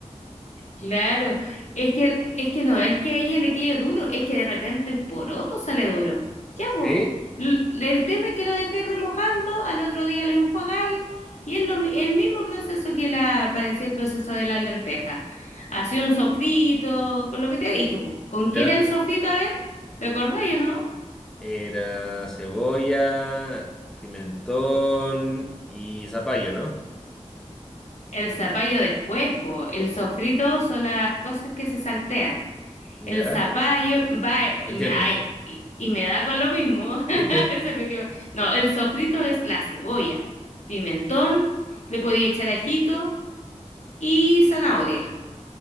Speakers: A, on the left; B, in the centre.
A: claro. Es que, es que no, es que a ella le quede duro, es que de repente el poroto sale duro. Ya, pues.
B: ¿Sí?
A: El tema es que lo dejáis remojando, al otro día lo enjuagáis y es lo mi- el mismo proceso que la, parecía el proceso de las lentejas. Hacía un sofrito, con lo que te dije, pues. ¿Con qué
B: ¿Ya?
A: era el sofrito? A ver, ¿te acordáis o no?
B: Era cebolla, pimentón y zapallo, ¿no?
A: El zapallo después, pues. El sofrito son las cosas que se saltean.
B: ¿Ya?
A: El zapallo, va,
B: Entiendo.
A: ay, y, y me da con lo mismo. <laughs>
B: ¿Viste?
A: Se me quedó. No, el sofrito es la cebolla, pimentón, le podía echar ajito y zanahoria,